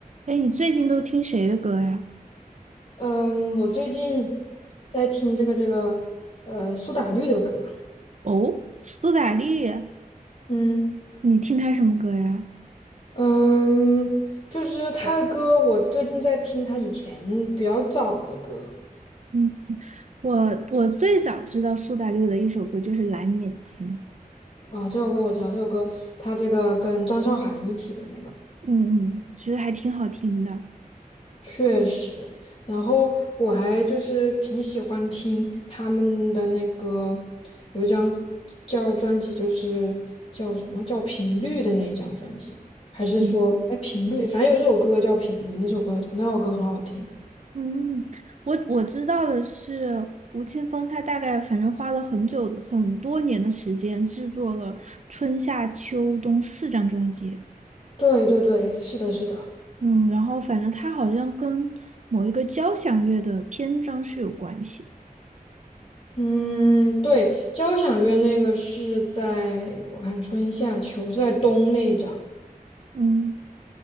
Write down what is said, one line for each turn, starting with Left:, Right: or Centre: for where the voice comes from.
Right: 哎，你最近都听谁的歌呀？
Left: 嗯，我最近在听这个这个呃苏打绿的歌，
Right: 哦，苏打绿，
Left: 嗯
Right: 你听他什么歌呀？
Left: 嗯，就是他的歌，我最近在听他以前比较早的歌
Right: 嗯，我我最早知道苏打绿的一首歌就是《蓝眼睛》，
Left: 啊，这首歌我知道，这首歌他这个跟张韶涵一起的那个。
Right: 嗯嗯，觉得还挺好听的。
Left: 确实，然后我还就是挺喜欢听他们的那个，有一张叫专辑，就是叫什么叫频率的那一张专辑，还是说哎频率，
Right: 嗯
Left: 反正有一首歌叫频率，那首歌那首歌很好听。
Right: 嗯，我我知道的是，吴青峰他大概反正花了很久很多年的时间制作了春夏秋冬四张专辑。
Left: 对对对，是的，是的，
Right: 嗯，然后反正他好像跟某一个交响乐的篇章是有关系的。
Left: 嗯，对，交响乐那个是在我看春夏秋是在冬那一张。
Right: 嗯。